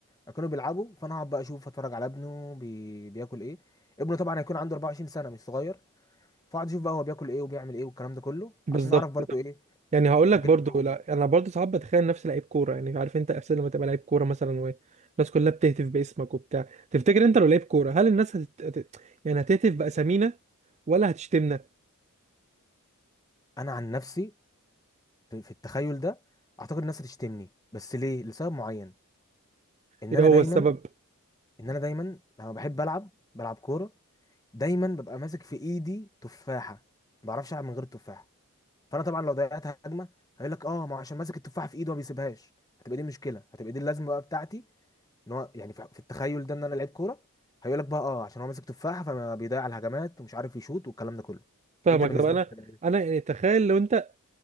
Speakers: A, on the left; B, on the right.
A: هيكونوا بيلعبوا فانا هقعد بقى اشوف اتفرج على ابنه بي... بياكل ايه ابنه طبعا هيكون عنده 24 سنه مش صغير فاقعد اشوف بقى هو بياكل ايه وبيعمل ايه والكلام ده كله
B: بالظبط
A: عشان اعرف برضو ايه
B: يعني هقول لك
A: هجيب
B: برضو
A: له
B: لا انا برضو ساعات بتخيل نفسي لعيب كوره يعني عارف انت احساس لما تبقى لعيب كوره مثلا والناس كلها بتهتف باسمك وبتاع تفتكر انت لو لعيب كوره هل الناس هتت... هت- يعني هتهتف باسامينا ولا هتشتمنا
A: انا عن نفسي في في التخيل ده اعتقد الناس هتشتمني بس ليه لسبب معين ان
B: ايه
A: انا
B: هو
A: دايما
B: السبب
A: ان انا دايما لما بحب العب بلعب كوره دايما ببقى ماسك في ايدي تفاحه ما بعرفش العب من غير التفاحه فانا طبعا لو ضيعت هجمه هيقول لك اه ما هو عشان ماسك التفاحه في ايده ما بيسيبهاش هتبقى دي مشكله هتبقى دي اللازمه بقى بتاعتي ان هو يعني في في التخيل ده ان انا لعيب كوره هيقول لك بقى اه عشان هو ماسك تفاحه فما بيضيع الهجمات ومش عارف يشوط والكلام ده كله
B: فاهمك
A: انت بالنسبه
B: طب انا
A: لك هتبقى ايه
B: انا يعني تخيل لو انت